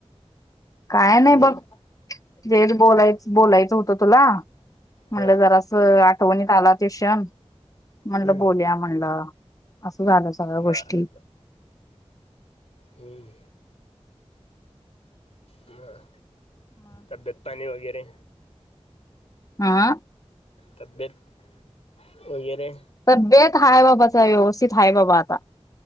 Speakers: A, on the left; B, on the left.
A: काय नाही
B: हम्म
A: बघ हेच बोलायच बोलायचं होतं तुला. म्हणलं
B: हा
A: जरासं आठवणीत आला तो क्षण म्हणलं
B: हम्म
A: बोलुया म्हणलं असं झालं सगळ्या गोष्टी.
B: बर हम मग तब्येत पाणी वगैरे
A: आं
B: तब्येत वगैरे
A: तब्येत हाय बाबाचा व्यवस्थित हाय बाबा आता